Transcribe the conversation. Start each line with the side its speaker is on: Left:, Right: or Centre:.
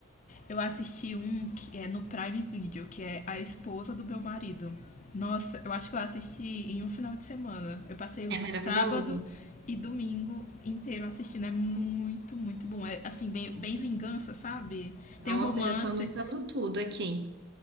Left: Eu assisti um que é no Prime Video, que é A Esposa do Meu Marido. Nossa, eu acho que eu assisti em um final de semana. Eu passei o
Right: é maravilhoso.
Left: sábado e domingo inteiro assistindo. É muito, muito bom. É assim, bem, bem vingança, sabe?
Right: Nossa,
Left: Tem um romance,
Right: eu já tô anotando tudo aqui.